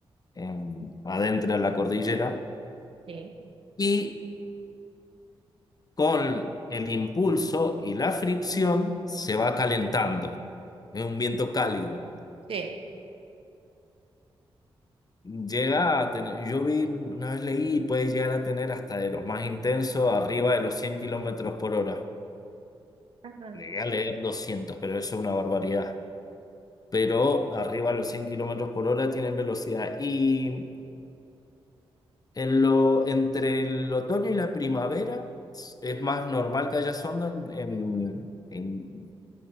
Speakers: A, on the left; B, on the right.
A: em, adentra en la cordillera
B: sí,
A: y con el impulso y la fricción se va calentando. Es un viento cálido.
B: sí.
A: Llega a tener, yo vi, una vez leí, puede llegar a tener hasta de los más intensos, arriba de los 100 kilómetros por hora.
B: ajá.
A: Llegué a leer doscientos pero eso es una barbaridad. Pero arriba de los 100 kilómetros por hora tienen velocidad. Y en lo, entre el otoño y la primavera es más normal que haya zonas en, en